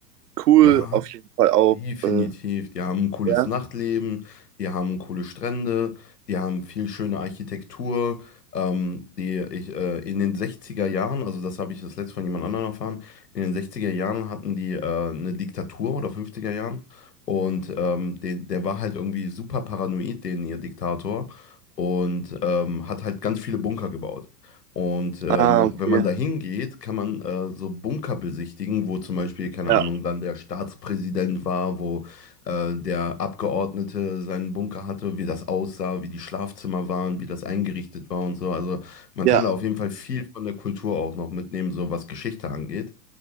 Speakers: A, on the right; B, on the left.
A: cool
B: Ja,
A: auf jeden Fall auch.
B: Definitiv.
A: Äh,
B: Die haben ein cooles
A: ja.
B: Nachtleben, die haben coole Strände, die haben viel schöne Architektur, ähm, die ich äh, in den 60er Jahren, also das habe ich das letzte von jemand anderem erfahren, in den 60er Jahren hatten die äh, eine Diktatur oder 50er Jahren und ähm, den, der war halt irgendwie super paranoid, den ihr Diktator, und ähm, hat halt ganz viele Bunker gebaut. Und äh,
A: Ah,
B: man,
A: okay.
B: wenn man da hingeht, kann man äh, so Bunker besichtigen, wo zum Beispiel, keine
A: Ja.
B: Ahnung, dann der Staatspräsident war, wo äh, der Abgeordnete seinen Bunker hatte, wie das aussah, wie die Schlafzimmer waren, wie das eingerichtet war und so. Also man
A: Ja.
B: kann da auf jeden Fall viel von der Kultur auch noch mitnehmen, so was Geschichte angeht.